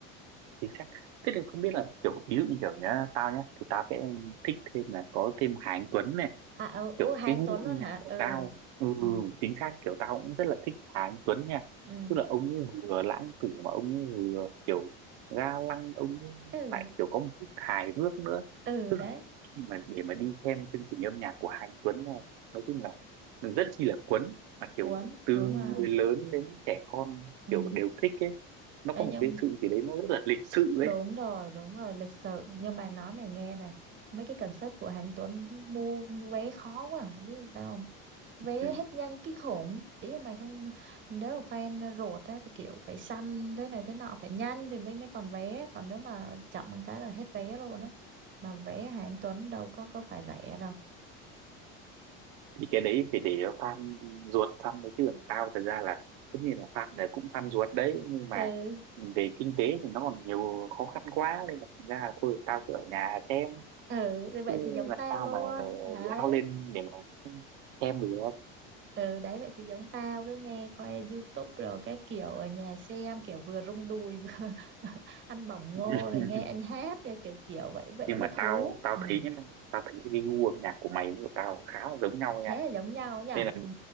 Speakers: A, on the right (about 80°); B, on the right (about 40°).
A: chính xác tức là không biết là kiểu ví dụ như kiểu nhá tao nhá thì tao sẽ thích thêm là có thêm Hà Anh Tuấn này
B: à ừ, ừ
A: kiểu
B: Hán
A: cái gu
B: Tuấn
A: âm
B: luôn hả
A: nhạc của
B: ừ
A: tao ừ
B: ừ
A: chính xác kiểu tao cũng rất là thích Hà Anh Tuấn nha
B: ừ
A: tức là ông ấy vừa lãng tử mà ông ấy vừa kiểu ga lăng ông ấy
B: ừ
A: lại kiểu có một chút hài hước nữa
B: ừ
A: tức
B: đấy
A: là khi mà để mà đi xem chương trình âm nhạc của Hà Anh Tuấn này nói chung là rất chi là cuốn mà kiểu
B: cuốn
A: từ
B: đúng
A: người
B: không
A: lớn đến trẻ con
B: ừ
A: kiểu đều thích ấy nó
B: đấy
A: có một
B: nhưng
A: cái sự gì đấy nó rất là lịch sự ấy
B: đúng rồi đúng rồi lịch sự nhưng mà nói mày nghe nè mấy cái concept của Hán Tuấn mua vé khó quá không biết sao không? vé
A: Ừ.
B: hết nhanh kinh khủng ý là mày không nếu mà fan ruột á thì kiểu phải săn thế này thế nọ phải nhanh thì mới mới còn vé còn nếu mà chậm một cái là hết vé luôn á mà vé hạng Tuấn đâu có có phải rẻ đâu
A: Thì cái đấy phải để fan ruột săn đấy chứ còn tao thật ra là tất nhiên là fan này cũng fan ruột đấy nhưng mà
B: ừ
A: về kinh tế thì nó còn nhiều khó khăn quá nên là thành ra là thôi tao cứ ở nhà xem
B: ừ thì vậy
A: chứ
B: thì giống
A: là
B: tao
A: tao
B: luôn
A: mà ờ,
B: đấy
A: lao lên để mà xem được
B: ừ đấy vậy thì giống tao cứ nghe coi YouTube rồi cái kiểu ở nhà xem kiểu vừa rung đùi vừa <laughs> ăn bỏng ngô
A: <laughs>
B: rồi nghe anh hát kiểu kiểu vậy vậy
A: nhưng
B: nó mới
A: mà
B: thú
A: tao tao
B: ừ
A: thấy nhá tao thấy cái gu âm nhạc của mày với của tao là khá là giống nhau nha
B: thế là giống nhau nhỉ
A: nên là
B: ừ